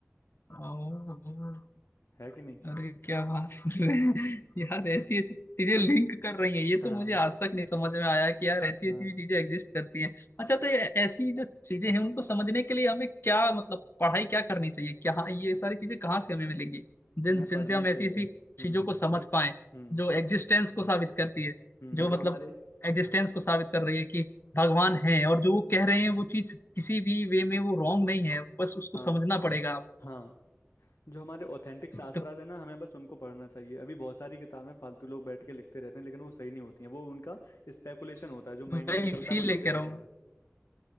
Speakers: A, on the left; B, on the left.
A: ओह, ओह।
B: है कि नहीं
A: अरे क्या बात कर रहे हैं <laughs> यार ऐसी ऐसी चीजें लिंक कर रही हैं ये
B: हाँ
A: तो मुझे आज तक नहीं समझ में आया कि यार ऐसी
B: हाँ
A: ऐसी भी चीजें एग्जिस्ट करती हैं अच्छा तो ये ऐसी जो चीजें हैं उनको समझने के लिए हमें क्या मतलब पढ़ाई क्या करनी चाहिए क्या ये सारी चीजें कहाँ से हमें मिलेंगी जिन
B: हमें
A: जिनसे
B: पढ़ना
A: हम
B: चाहिए
A: ऐसी ऐसी
B: हम्म
A: चीजों को समझ पाए
B: हम्म
A: जो एग्जिस्टेंस को साबित करती है
B: हम्म
A: जो
B: जो
A: मतलब
B: हमारे
A: एग्जिस्टेंस को साबित कर रही है कि भगवान है और जो वो कह रहे हैं वो चीज किसी भी वे में वो रॉन्ग नहीं है बस उसको
B: हाँ
A: समझना पड़ेगा आप
B: हाँ जो हमारे ऑथेंटिक शास्त्रार्थ
A: तो
B: है ना हमें बस उनको पढ़ना चाहिए अभी बहुत सारी किताबें फालतू लोग बैठ के लिखते रहते हैं लेकिन वो सही नहीं होती हैं वो उनका स्पेकुलेशन होता है जो माइंड
A: मैं
B: में निकलता
A: इसीलिए
B: है वो लिखते
A: कह
B: रहते
A: रहा हूँ
B: हैं